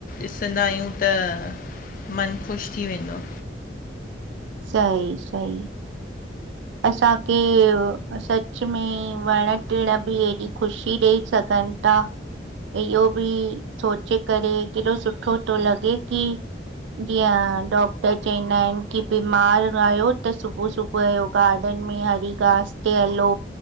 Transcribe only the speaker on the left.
ॾिसंदा आहियूं त मन ख़ुश थी वेंदो